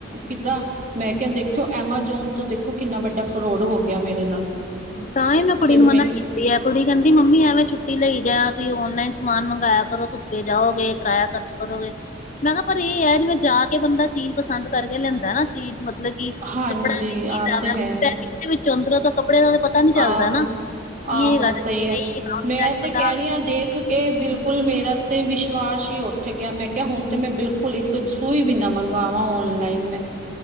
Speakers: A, on the right (about 40°); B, on the left (about 40°).
A: ਕਿੱਦਾ ਮੈਂ ਕੇਆ ਦੇਖੇਯੋ ਐਮਾਜੋਨ ਤੋਂ ਦੇਖੋ ਕਿੰਨਾ ਵੱਡਾ ਫਰੋਡ ਹੋ ਗੇਆ ਮੇਰੇ ਨਾਲ,
B: ਤਾਂ ਹੀ ਮੈਂ ਕੁੜੀ
A: ਤੇ
B: ਨੂੰ
A: ਮੇਂ
B: ਮਨਾ ਕੁੜੀ ਕੈਂਦੀ ਮੰਮੀ ਐਵੇਂ ਛੁੱਟੀ ਲਈ ਜਾ, ਤੁਸੀ ਓਨਲਾਈਨ ਸਮਾਨ ਮੰਗਾਯਾ ਕਰੋ ਧੁੱਪੇ ਜਾਓਗੇ ਕਿਰਾਯਾ ਖਰਚ ਕਰੋਗੇ ਮੈਂ ਕਾ ਪਰ ਏ ਐ ਜਿਵੇਂ ਜਾ ਕੇ ਬੰਦਾ ਚੀਜ਼ ਪਸੰਦ ਕਾਰਕੇ ਲੈਂਦੈ ਨਾ ਚੀਜ਼ ਮਤਲ ਕਿ
A: ਹਾਂਜੀ
B: ਕਪੱੜਾ ਦੇਖੀ
A: ਆਹ
B: ਜਾਵੈ,
A: ਤੇ ਹੈ।
B: ਪੈਕਿੰਗ ਦੇ ਵਿੱਚੋ ਅੰਦਰੋ ਤਾ ਕੱਪੜੇ ਦਾ ਤੇ ਪਤਾ ਪਤਾ ਨੀ ਚੱਲਦਾ
A: ਆਹੋ
B: ਨਾ
A: ਆਹੋ
B: ਕੀ ਹੈਗਾ
A: ਸਹੀ
B: ਤੇ ਕੀ
A: ਹੈ
B: ਨਈ ਹੈਗਾ,
A: ਮੈਂ
B: ਫਿਰ ਐ ਤੇ ਬੰਦਾ
A: ਕਹਿ ਰਹੀ ਹਾਂ ਦੇਖ ਕੇ ਬਿਲਕੁਲ ਮੇਰਾ ਤੇ ਵਿਸ਼ਵਾਸ ਈ ਓਠ ਗੇਐ ਮੈਂ ਕੇਆ ਹੁਨ ਤੇ ਮੈਂ ਬਿਲਕੁਲ ਈ ਕਦੇ ਸੂਈ ਵੀ ਨਾ ਮੰਗਵਾਵਾ ਓਨਲਾਈਨ ਮੈਂ।